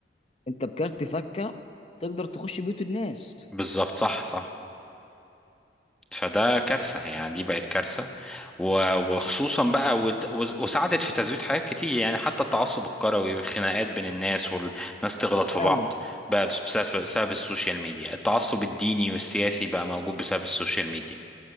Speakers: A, on the left; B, in the centre.
A: انت بكارت فكه تقدر تخش بيوت الناس
B: بالظبط صح صح فده كارثة يعني دي بقت كارثة و- وخصوصا بقى وت- وز- وساعدت في تزويد حاجات كتير يعني حتى التعصب الكروي والخناقات بين الناس والناس تغلط في
A: فعلا
B: بعض بقى بس- بسبب بسبب السوشيال ميديا التعصب الديني والسياسي بقى موجود بسبب السوشيال ميديا